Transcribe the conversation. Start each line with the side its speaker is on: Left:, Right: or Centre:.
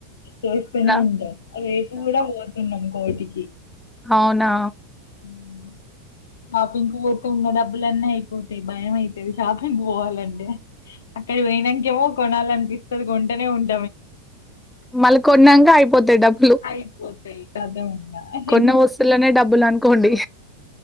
Left: చేస్తూనే
Centre: డా
Left: ఉంటాం రేపు గుడా పోతున్నాం కోటికి
Centre: ఔనా
Left: ఉ షాపింగ్కు పోతె ఉన్న డబ్బులన్నీ ఐపోతాయ్ భయం ఐతది షాపింగ్ బోవాలంటే క్కడికి పోయ్నంకేమో కొనాలి అనిపిస్తది కొంటనే ఉంట్
Centre: మళ్ కొన్నంక ఐపోతయ్ డబ్
Left: ఐపోతయ్ కద ఉన్నా
Centre: కొన్న
Left: ఉమ్
Centre: వస్తువులనే డబ్బులనుకోండి.